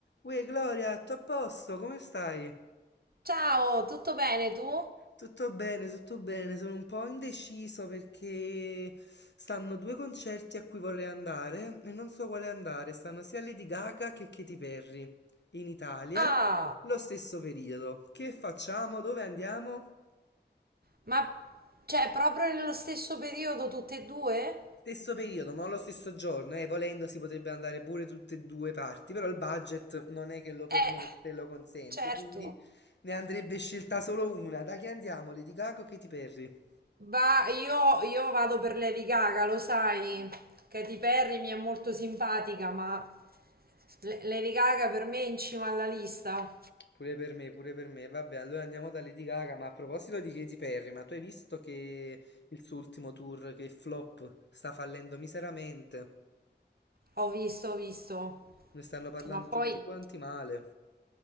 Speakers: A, on the left; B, on the right.
A: Uè, Gloria, tutto a posto? Come stai?
B: Ciao, tutto bene tu?
A: Tutto bene, tutto bene. Sono un po' indeciso perché stanno due concerti a cui vorrei andare e non so quale andare. Stanno sia Lady Gaga che Katy Perry in Italia,
B: Ah,
A: lo stesso periodo. Che facciamo? Dove andiamo?
B: ma cioè proprio nello stesso periodo tutte e due?
A: Stesso periodo, non lo stesso giorno, eh, volendo si potrebbe andare pure tutte e due parti, però il budget non è che lo permette,
B: Eh,
A: lo consente,
B: certo.
A: quindi ne andrebbe scelta solo una. Da chi andiamo? Lady Gaga o Katy Perry?
B: Va, io, io vado per Lady Gaga, lo sai. Katy Perry mi è molto simpatica, ma Le- Lady Gaga per me è in cima alla lista.
A: Pure per me, pure per me. Vabbè, allora andiamo da Lady Gaga. Ma a proposito di Katy Perry, ma tu hai visto che il suo ultimo tour, che è flop, sta fallendo miseramente?
B: Ho visto, ho visto.
A: Ne stanno parlando
B: Ma poi
A: tutti quanti male.